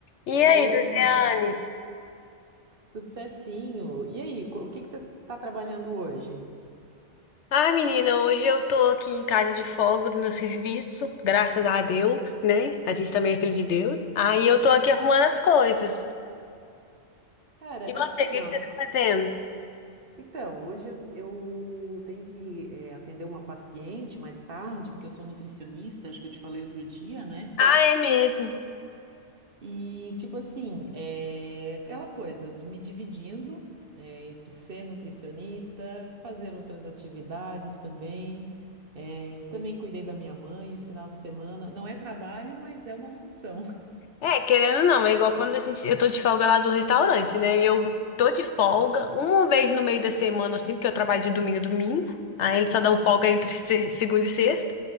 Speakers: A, on the left (about 75°); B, on the right (about 50°).
A: E
B: Oi,
A: aí, Ziziane?
B: minha amiga, tudo certinho? E aí, co- o que que você está trabalhando hoje?
A: Ai, menina, hoje eu tô aqui em casa de folga do meu serviço, graças a Deus, né? A gente também é filho de Deus. Aí eu tô aqui
B: Claro.
A: arrumando as coisas.
B: Cara,
A: E você,
B: assim,
A: o que
B: ó.
A: que você tá fazendo?
B: Então, hoje eu, eu tenho que eh, atender uma paciente mais tarde, porque eu sou nutricionista, acho que eu te falei outro dia, né?
A: Ah, é mesmo.
B: E, tipo assim, é aquela coisa de me dividindo eh, entre ser nutricionista, fazer outras atividades também. Eh, também cuidei da minha mãe esse final de semana. Não é trabalho, mas é uma função.
A: É, querendo ou não, é igual quando a gente, eu tô de folga lá do restaurante, né? Eu tô de folga uma vez no meio da semana, assim, porque eu trabalho de domingo a domingo. Aí eles só dão folga entre se- segunda e sexta.